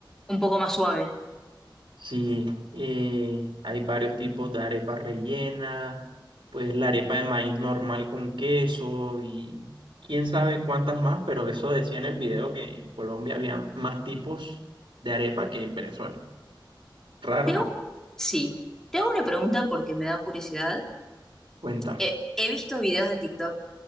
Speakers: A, in the centre; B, on the right (about 80°).
A: un poco más suave.
B: Sí, eh, hay varios tipos de arepa rellena, pues la arepa de maíz normal con queso y quién sabe cuántas más, pero eso decía en el video que en Colombia había más tipos de arepa que en Venezuela. Raro,
A: Te hago-
B: ¿no?
A: sí, te hago una pregunta porque me da curiosidad.
B: Cuéntame.
A: Eh, he visto videos de TikTok